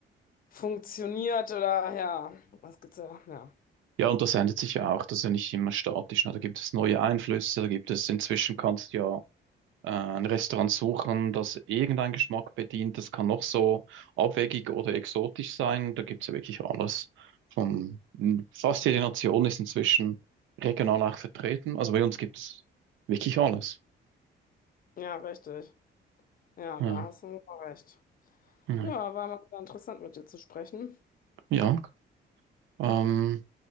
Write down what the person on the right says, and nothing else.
Ja, und das ändert sich ja auch, das ist ja nicht immer statisch. ne? Da gibt es neue Einflüsse, da gibt es inzwischen kannst du ja äh, ein Restaurant suchen, das irgendeinen Geschmack bedient. Das kann noch so abwegig oder exotisch sein. Da gibt's ja wirklich alles. Von fast jede Nation ist inzwischen regional auch vertreten. Also bei uns gibt's wirklich alles.
Ja,
ja.
Ja, ähm,